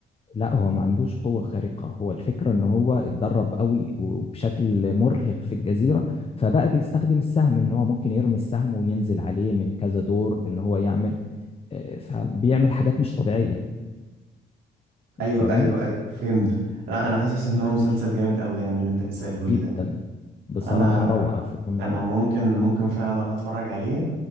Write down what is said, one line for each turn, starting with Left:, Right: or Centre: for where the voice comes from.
Left: لا هو ما عندوش قوة خارقة هو الفكرة ان هو اتدرب قوي وبشكل مرهق في الجزيرة فبقى بيستخدم السهم ان هو ممكن يرمي السهم وينزل عليه من كذا دور ان هو يعمل آه، فبيعمل حاجات مش طبيعية
Right: ايوه
Left: تمام
Right: ايوه ايوه فهمت لا انا حاسس ان هو مسلسل جامد قوي يعني اللي انت لسه قايله
Left: فجدا
Right: لي ده
Left: بصراحة
Right: انا
Left: روعة في قمة
Right: انا
Left: الروعة
Right: ممكن ممكن فعلا اروح اتفرج عليه